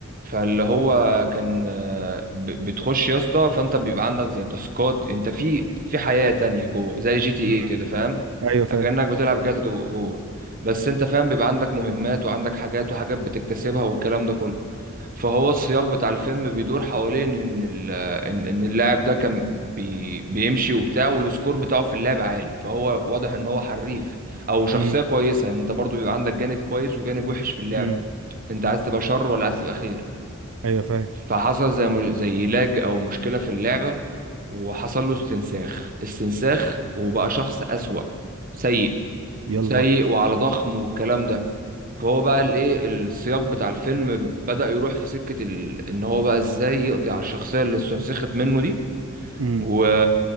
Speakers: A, on the right; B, on the right.
A: فاللي هو كان آه، ب- بتخش يا اسطى فانت بيبقى عندك زي تاسكات انت في في حياة تانية جوه زي جي تي ايه
B: امم
A: كده فاهم
B: ايوه فاهم
A: كأنك بتلعب جاتا تو- جوه بس انت فاهم بيبقى عندك مهمات وعندك حاجات وحاجات بتكتسبها والكلام ده كله فهو السياق بتاع الفيلم بيدور حوالين ان ال- ان إن اللاعب ده كان بي بيمشي وبتاع والسكور بتاعه في اللعب عالي فهو واضح ان هو حريف او شخصية
B: امم
A: كويسة يعني انت برضو بيبقى عندك جانب كويس وجانب وحش في اللعبة
B: امم
A: انت عايز تبقى شر ولا عايز تبقى خير
B: ايوه فاهم
A: فحصل زي م- زي لاج او مشكله في اللعبه وحصل له استنساخ استنساخ وبقى شخص اسوأ سيء
B: يلا
A: سيء وعلى ضخم والكلام ده فهو بقى الايه السياق بتاع الفيلم بدأ يروح في سكة ال... ان هو بقى ازاي يقضي على الشخصية اللي استنسخت منه دي
B: امم
A: و...